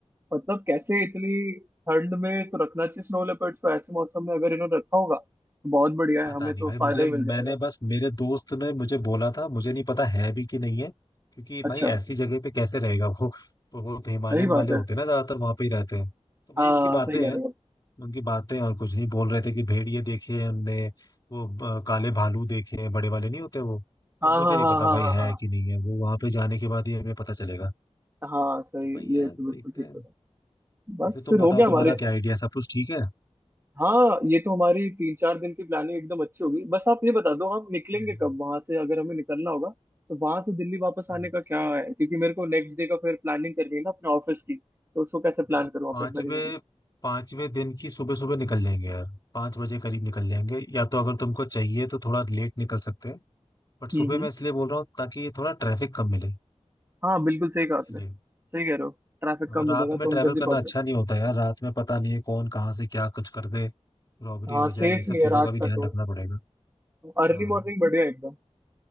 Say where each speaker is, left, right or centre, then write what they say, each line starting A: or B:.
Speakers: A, on the right (about 20°); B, on the left (about 35°).
A: मतलब कैसे इतनी ठंड में तो रखना चाहिए स्नो लेपर्ड्स को ऐसे मौसम में अगर इन्होंने रखा होगा तो बहुत बढ़िया
B: पता
A: है हमें
B: नहीं
A: तो
B: भाई मुझे
A: फायदा ही मिल जाएगा
B: मैंने बस मेरे दोस्त ने मुझे बोला था मुझे नहीं पता है भी कि नहीं है क्योंकि
A: अच्छा
B: भाई ऐसी जगह पे कैसे रहेगा वो तो वो तो हिमालयन
A: सही बात
B: वाले
A: है
B: होते हैं ना ज्यादातर वहाँ पे ही रहते हैं तो भाई
A: हाँ
B: उनकी बातें
A: सही कह
B: हैं
A: रहे हो आप।
B: उनकी बातें और कुछ नहीं बोल रहे थे कि भेड़िए देखे हैं उनने वो ब- काले भालू देखे हैं बड़े वाले नहीं होते वो अब
A: हाँ
B: मुझे
A: हाँ
B: नहीं
A: हाँ
B: पता
A: हाँ
B: भाई है
A: हाँ
B: कि नहीं है वो वहां पे जाने के बाद ही हमें पता चलेगा
A: हाँ हाँ सही
B: तो वही है
A: ये तो
B: देखते
A: बिल्कुल ठीक
B: हैं
A: है बस
B: तो फिर तुम
A: फिर
B: बताओ
A: हो गया
B: तुम्हारा
A: हमारे
B: क्या आइडिया है? सब कुछ ठीक है
A: हाँ ये तो हमारी तीन चार दिन की प्लानिंग एकदम अच्छी होगी बस आप ये बता दो हम निकलेंगे
B: हम्म,
A: कब वहां से अगर हमें निकलना होगा तो वहां से दिल्ली वापस
B: हम्म।
A: आने का क्या है क्योंकि मेरे को नेक्स्ट डे का फिर प्लानिंग करनी है ना अपने ऑफिस की तो उसको कैसे
B: देखो
A: प्लान करूँ आप
B: पांचवे
A: एक बार ही मुझे
B: पांचवे दिन की सुबह सुबह निकल जाएंगे यार पांच बजे करीब निकल जाएंगे या तो अगर तुमको चाहिए तो थोड़ा लेट निकल सकते हैं बट
A: हम्म
B: सुबह
A: हम्म।
B: मैं इसलिए बोल रहा हूँ ताकि ये थोड़ा ट्रैफिक कम मिले
A: हाँ बिल्कुल सही कहा आपने
B: इसलिए
A: सही कह रहे हो ट्रैफिक कम
B: रात
A: मिलेगा तो
B: में ट्रैवल
A: हम जल्दी
B: करना
A: पहुंचेंगे
B: अच्छा नहीं होता यार रात में पता नहीं है कौन कहाँ से क्या कुछ कर दे रॉबरी
A: हाँ
B: हो जाए
A: सेफ
B: ये सब
A: नहीं
B: चीजों
A: है रात
B: का भी
A: का
B: ध्यान
A: तो
B: रखना पड़ेगा
A: अर्ली
B: हाँ,
A: मॉर्निंग बढ़िया एकदम